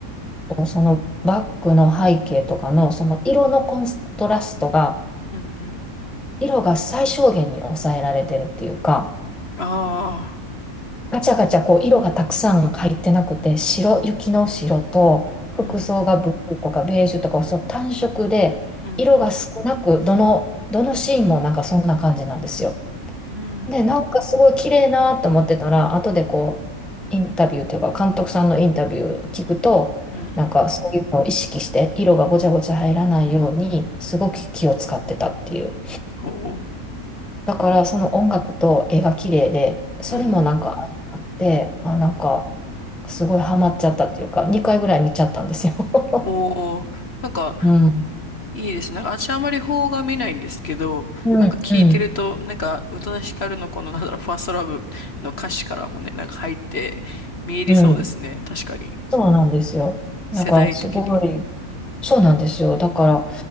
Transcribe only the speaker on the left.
うんうん
ああ
うん、
うん、
うん、
うん、
うん、うん
ほう、
うん、うん
おー、なんか、
いいですね。なんか、私あまり邦画見ないんですけど、
なんか聞いてると、
なんか、宇多田ヒカルのこの、なんだろう、ファーストラブの歌詞からもね、なんか入って、見入りそうですね。
確かに。
世代的に。